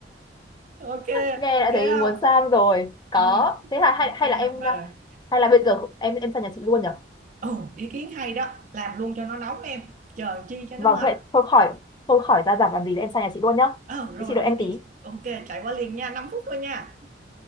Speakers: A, on the right (about 40°); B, on the left (about 25°).
A: ok
B: nghe đã
A: ok
B: thấy
A: không
B: muốn sang rồi có
A: ừ
B: thế là
A: ok
B: hay hay
A: kê
B: là em
A: Ờ.
B: hay là bây giờ em em sang nhà chị luôn nhở
A: Ồ, ý kiến hay đó, làm luôn cho nó nóng em, chờ chi cho nó
B: vâng
A: mệt.
B: thôi thôi khỏi thôi khỏi ra giảm làm gì em sang nhà chị luôn nhá
A: Ờ, rồi
B: chị đợi
A: đi
B: em
A: đi
B: tí
A: đi, ô chạy qua liền nha, 5 phút thôi nha.